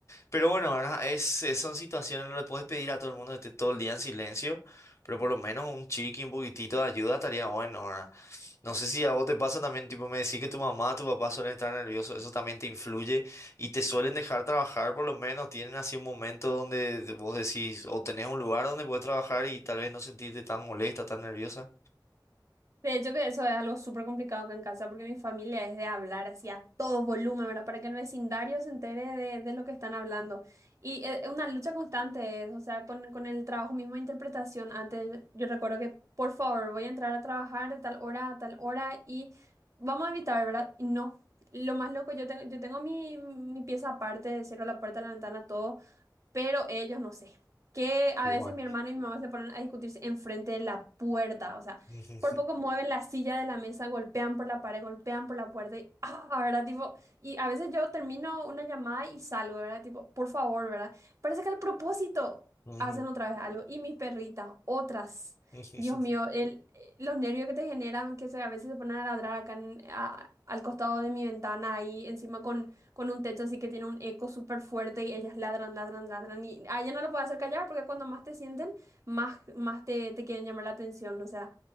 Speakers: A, on the left; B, on the right.
A: pero bueno, ¿verdad? Es, es- son situaciones, no le puedes pedir a todo el mundo que esté todo el día en silencio, pero por lo menos un chiqui, un poquitito de ayuda estaría bueno, ¿verdad? No sé si a vos te pasa también, tipo, me decís que tu mamá, tu papá suelen estar nerviosos, eso también te influye y te suelen dejar trabajar, por lo menos tienen así un momento donde vos decís, o tenés un lugar donde puedes trabajar y tal vez no sentirte tan molesta, tan nerviosa.
B: De hecho que eso es algo súper complicado acá en casa porque mi familia es de hablar así a todo volumen, ¿verdad? Para que el vecindario se entere de, de lo que están hablando. Y es es una lucha constante, es, o sea, con, con el trabajo mismo de interpretación. Antes yo, yo recuerdo que, por favor, voy a entrar a trabajar de tal hora a tal hora y vamos a evitar, ¿verdad? Y no. Lo más loco, yo tengo, yo tengo mi, mi pieza aparte, cierro la puerta, la ventana, todo pero ellos no sé. Que a
A: Igual.
B: veces mi hermana y mi mamá se ponen a discutirse enfrente de la puerta, o sea,
A: <laughs>
B: por poco mueven la silla de la mesa, golpean por la pared, golpean por la puerta y, <laughs> ah, ¿verdad? Tipo, y a veces yo termino una llamada y salgo, ¿verdad? Tipo, por favor, ¿verdad? Parece que al propósito
A: Ujú,
B: hacen
A: ujú.
B: otra vez algo. Y mis perritas, otras.
A: ujú.
B: Dios mío, el, los nervios que te generan, que se, a veces se ponen a ladrar acá en- a- al costado de mi ventana, ahí encima con con un techo así que tiene un eco súper fuerte y ellas ladran, ladran, ladran. Y a ellas no lo puedes hacer callar porque cuando más te sienten, más, más te, te quieren llamar la atención. O sea,